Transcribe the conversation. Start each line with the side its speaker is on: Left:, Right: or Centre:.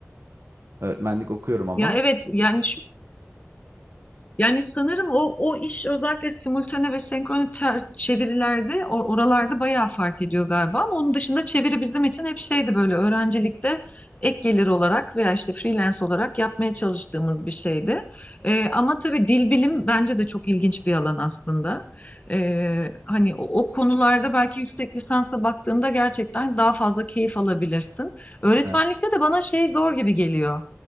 Right: Öğretmenlik okuyorum ama.
Left: Ya evet yani Yani sanırım o o iş özellikle simultane ve senkrone ter- çevirilerde or- oralarda bayağı fark ediyor galiba ama onun dışında çeviri bizim için hep şeydi böyle öğrencilikte ek gelir olarak veya işte freelance olarak yapmaya çalıştığımız bir şeydi. Ee, ama tabii dil bilim bence de çok ilginç bir alan aslında. Ee, hani o, o konularda belki yüksek lisansa baktığında gerçekten daha fazla keyif alabilirsin. Öğretmenlikte
Right: Evet.
Left: de bana şey zor gibi geliyor.